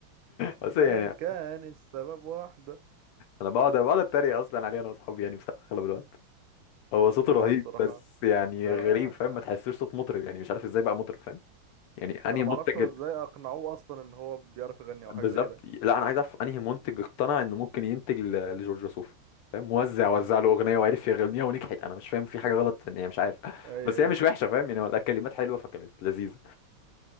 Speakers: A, on the left; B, on the right.
A: بس
B: مادام
A: يعني
B: كان السبب واحدة
A: انا بقعد بقعد اتريق اصلا عليه انا واصحابي يعني بصراحة اغلب الوقت هو صوته رهيب
B: هو الصراحة
A: بس يعني
B: آه
A: غريب فاهم ما تحسوش صوت مطرب يعني مش عارف ازاي بقى مطرب فاهم يعني انهي
B: أنا معرفش
A: منتج
B: هو إزاي أقنعوه أصلا إن هو بيعرف يغني أو
A: بالظبط
B: حاجة زي كده
A: لا انا عايز اعرف انهي منتج اقتنع انه ممكن ينتج ل- لجورج وسوف فاهم موزع
B: بالظبط
A: وزع له اغنيه وعرف يغنيها ونجحت انا مش فاهم في حاجه غلط في ان هي مش عارف <laughs>
B: أيوه
A: بس هي مش
B: أيوه
A: وحشه فاهم يعني الكلمات حلوه فكانت لذيذه